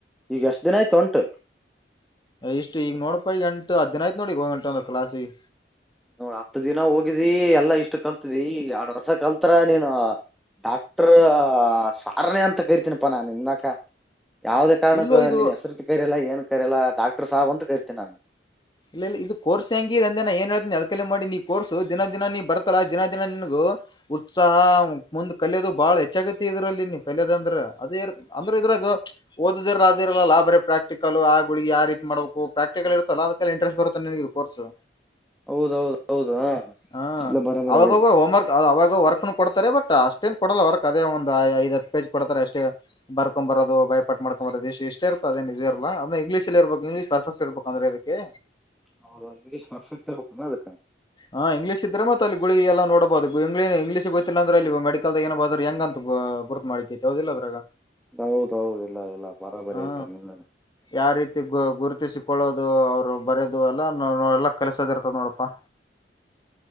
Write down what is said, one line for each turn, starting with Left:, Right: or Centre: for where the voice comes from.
Centre: ಈಗ ಎಷ್ಟ ದಿನ ಆಯ್ತು ಹೊಂಟು.
Left: ಇಷ್ಟ ಈಗ ನೋಡಪ ಈಗ ಎಂಟು ಹದ್ದಿನ ಆಯ್ತ ನೋಡಿ ಹೋಗ ಹೊಂಟಂದ್ರ ಕ್ಲಾಸಿಗ.
Centre: ನೋಡ್ ಹತ್ತು ದಿನ ಹೋಗಿದಿ ಎಲ್ಲಾ ಇಷ್ಟು ಕಲ್ತಿದಿ ಈ ಎರಡ್ ವರ್ಷ ಕಲ್ತರ ನೀನ. ಡಾಕ್ಟರ್ ಸಾರನೆೇ ಅಂತ ಕರಿತೀನಪ್ಪಾ ನಾನು ಇನ್ಮ್ಯಕ. ಯಾವುದೇ ಕಾರಣಕ್ಕ
Left: ಇಲ್ಲೋ ಇದು
Centre: ನೀನ್ ಹೆಸರು ಕರಿಯಲ್ಲ ಏನ್ ಕರಿಯಲ್ಲ ಡಾಕ್ಟರ್ ಸಾಬ್ ಅಂತ ಕರಿತೀನಿ ನಾನು.
Left: ಇಲ್ಲ ಇಲ್ಲ ಇದು ಕೋರ್ಸ್ ಹೆಂಗಿದೇ ಅಂದೆನ ಏನ್ ಹೇಳ್ತನಿ ಅದಕಲೆ ಮಾಡಿನೀ ಕೋರ್ಸು ದಿನ ದಿನ ನೀ ಬರ್ತಲ್ಲಾ ದಿನ ದಿನ ನಿನಗ. ಗೂ ಉತ್ಸಾಹ ಮುಂದ್ ಕಲಿಯೋದು ಬಾಳ ಹೆಚ್ಚಾಗತಿ ಇದ್ರಲ್ಲಿ ನೀ ಕಲೆದ ಅಂದ್ರ ಅದೇ ಇರ್ತ ಅಂದ್ರ. ಇದ್ರಾಗ ಓದದಿರಲ್ಲ ಅದು ಇರಲ್ಲಲ ಬರೆ ಪ್ರಾಕ್ಟಿಕಲ್ ಆ ಗುಳಗೀ ಯಾ ರೀತಿ ಮಾಡಬೇಕು ಪ್ರಾಕ್ಟಿಕಲ್ ಇರುತ್ತಲ್ಲ. ಕಲ್ಯ ಇಂಟ್ರೆಸ್ಟ್ ಬರುತ್ತ ನಿನಗಿದು ಕೋರ್ಸು.
Centre: ಹೌದೌದು ಹೌದು
Left: ಹ
Centre: ಇಲ್ಲ ಬರೋಬರಿ
Left: ಅವಾಗವಗ
Centre: ಹೇಳಿದಿ
Left: ಹೋಮ್ವರ್ಕ್ ಅವಾಗ ವರ್ಕ್ನು ಕೊಡ್ತಾರೆ ಬಟ್. ಟ ಅಷ್ಟೇನ್ ಕೊಡೋಲ್ಲ ವರ್ಕ್ ಅದೇ ಒಂದ ಐದ ಹತ್ತ ಪೇಜ್ ಕೊಡ್ತಾರೆ ಅಷ್ಟೇ ಬರ್ಕೊಮ್ ಬರೋದು ಬಾಯಪಟ ಮಾಡ್ಕೊ ಬರೋದು ಈಶ್ ಇಷ್ಟೆ ಇರ್ತದ ಅದೇನ್ ಇದ ಇರ್ಲಾ ಅದ್ನೆ ಇಂಗ್ಲಿಷಲ್ಲೆ ಇರ್ಬೇಕ ಇಂಗ್ಲಿಷ್ ಪರಪೆಕ್ಟ್ ಇರ್ಬೇಕ ಅಂದ್ರೆ ಇದಕ್ಕೆ.
Centre: ಹೌದು ಇಂಗ್ಲೀಷ್ ಪರ್ಫೆಕ್ಟ್ ಇರ್ಬೇಕನ ಅದಕ್ಕ
Left: ಹಾ ಇಂಗ್ಲಿಷ್ ಇದ್ರೆ ಮತ್ತ ಅಲ್ಲಿ ಗುಳಿಗಿ ಎಲ್ಲ ನೋಡ್ ಡಬಹುದು ಇಂಗ್ಲಿ ಇಂಗ್ಲಷೆ ಗೊತ್ತಿಲ್ಲ ಅಂದ್ರಲ್ಲಿ ಮಡಿಕಲ್ದಗ ಏನ್ ಬರ್ದರ್ ಹೆಂಗಂತ ಗು ಗುರ್ತ ಮಾಡಕೇತಿ ಹೌದಿಲ್ಲ ಅದ್ರಗ.
Centre: ಹೌದೌದು ಇಲ್ಲ ಇಲ್ಲ ಬರಾಬರಿ
Left: ಹಾ
Centre: ಆಯ್ತಾ ನಿನ್ನನ್ನ.
Left: ಯಾವ ರೀತಿ ಗು ಗುರುತಿಸಿಕೊಳ್ಳೋದು ಅವ್ರ. ರು ಬರೆದು ಎಲ್ಲ ನೊ ಎಲ್ಲಾ ಕಲಸೋದ ಇರ್ತದ ನೋಡಪ್ಪಾ.